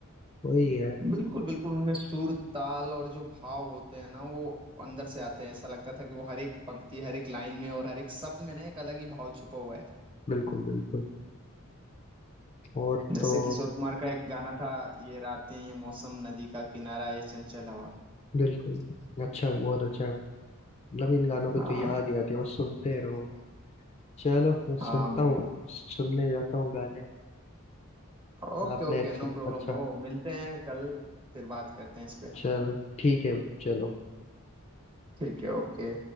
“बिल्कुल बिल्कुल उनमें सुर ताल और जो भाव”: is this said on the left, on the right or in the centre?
Right